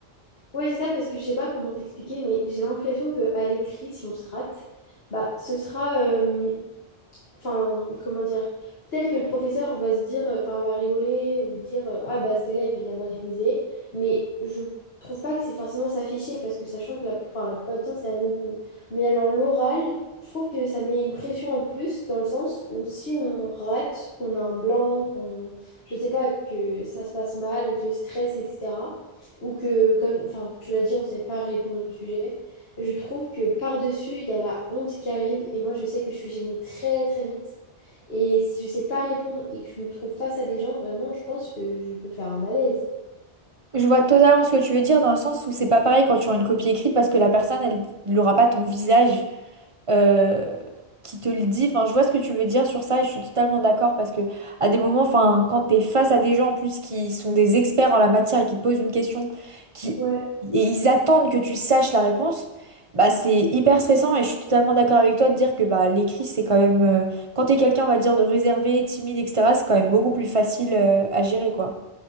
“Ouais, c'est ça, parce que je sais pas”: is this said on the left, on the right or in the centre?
Left